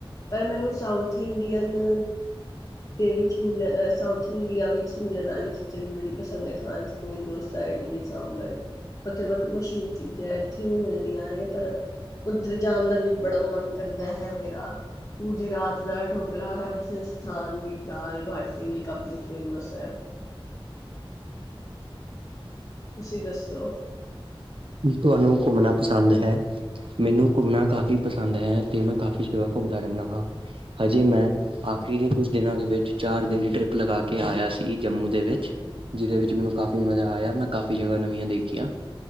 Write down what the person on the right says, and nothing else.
ਕੀ ਤੁਹਾਨੂੰ ਘੁੰਮਣਾ ਪਸੰਦ ਹੈ? ਮੈਨੂੰ ਘੁੰਮਣਾ ਕਾਫ਼ੀ ਪਸੰਦ ਹੈ। ਤੇ ਮੈਂ ਕਾਫ਼ੀ ਜਗ੍ਹਾ ਘੁੰਮਦਾ ਰਹਿੰਦਾ ਹਾਂ, ਹਜੇ ਮੈਂ ਆਖਰੀ ਦੇ ਕੁਝ ਦਿਨਾਂ ਦੇ ਵਿੱਚ ਚਾਰ ਦਿਨ ਦੀ ਟ੍ਰਿਪ ਲਗਾ ਕੇ ਆਇਆ ਸੀ ਜੰਮੂ ਦੇ ਵਿੱਚ ਜਿਹਦੇ ਵਿੱਚ ਮੈਨੂੰ ਕਾਫ਼ੀ ਮਜ਼ਾ ਆਇਆ ਮੈਂ ਕਾਫ਼ੀ ਜਗ੍ਹਾ ਨਵੀਆਂ ਦੇਖੀਆਂ